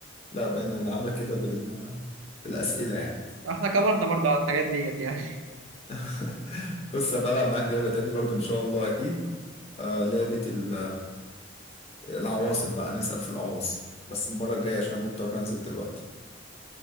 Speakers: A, on the left; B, on the right.
A: لا بقينا نلعبها كده بال... بالأسئلة يعني
B: احنا كبرنا برضه على الحاجات ديت يعني
A: <laughs> بص هبقى ألعب معاك لعبة تاني برضو إن شاء الله أكيد آه لعبة ال- العواصم بقى نسأل في العواصم بس المرة الجاية عشان أنا مضطر أنزل دلوقتي